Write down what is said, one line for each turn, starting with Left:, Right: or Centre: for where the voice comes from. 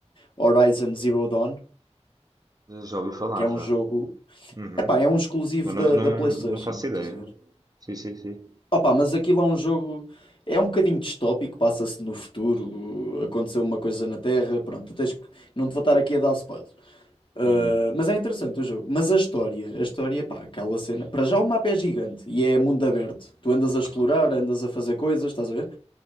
Left: Horizon Zero Dawn,
Right: Já ouvi falar
Left: que é
Right: já.
Left: um jogo.
Right: Uhum.
Left: Epá, é um exclusivo
Right: Mas
Left: da,
Right: não, não,
Left: da PlayStation,
Right: não faço
Left: estás
Right: ideia.
Left: a ver?
Right: Sim, sim, sim.
Left: Opa, mas aquilo é um jogo. É um bocadinho distópico, passa-se no futuro, aconteceu uma coisa na Terra, pronto, tu tens que... não te vou estar aqui a dar spoiler. Uh,
Right: Hum,
Left: mas é interessante o jogo. Mas a história, a história, pá, aquela cena. Para já o mapa é gigante e é mundo aberto. Tu andas a explorar,
Right: ok.
Left: andas a fazer coisas, estás a ver?